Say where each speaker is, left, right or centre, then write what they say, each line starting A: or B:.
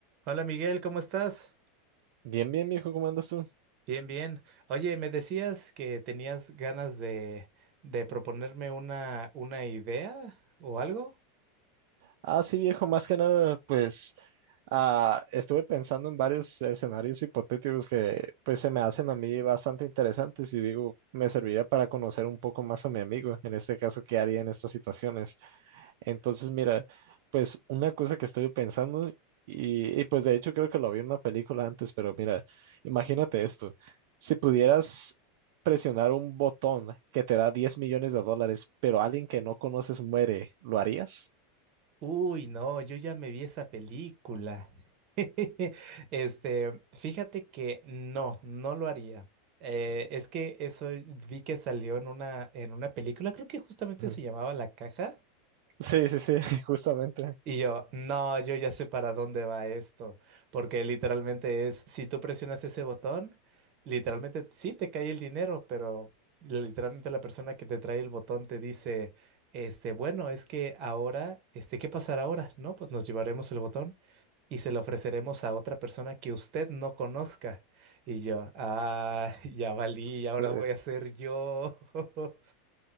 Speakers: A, on the right (about 40°); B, on the right (about 60°).
A: Hola Miguel, ¿cómo estás?
B: Bien, bien, viejo, ¿cómo andas tú?
A: Bien, bien. Oye, me decías que tenías ganas de, de proponerme una, una idea o algo.
B: Ah, sí, viejo, más que nada, pues ah, estuve pensando en varios escenarios hipotéticos que pues se me hacen a mí bastante interesantes y digo, me serviría para conocer un poco más a mi amigo, en este caso, qué haría en estas situaciones. Entonces, mira, pues una cosa que estoy pensando, y, y, pues de hecho creo que lo vi en una película antes, pero mira, imagínate esto, si pudieras presionar un botón que te da diez millones de dólares, pero alguien que no conoces muere, ¿lo harías?
A: Uy, no, yo ya me vi esa película. <laughs> Este, fíjate que no, no lo haría. Eh, es que eso vi que salió en una, en una película, creo que justamente
B: Ujú.
A: se llamaba La Caja.
B: Sí, sí, sí, <laughs> justamente.
A: Y yo, no, yo ya sé para dónde va esto, porque literalmente es, si tú presionas ese botón, literalmente sí te cae el dinero, pero literalmente la persona que te trae el botón te dice, este, bueno, es que ahora, este, ¿qué pasará ahora? No, pues nos llevaremos el botón y se lo ofreceremos a otra persona que usted no conozca. Y yo, ah, <laughs> ya valí, ahora
B: Sí.
A: voy a ser yo. <laughs>